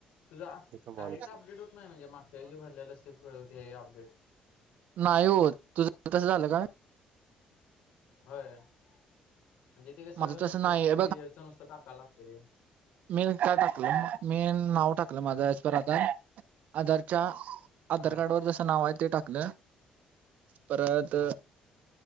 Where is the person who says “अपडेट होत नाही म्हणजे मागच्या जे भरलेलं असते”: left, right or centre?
Left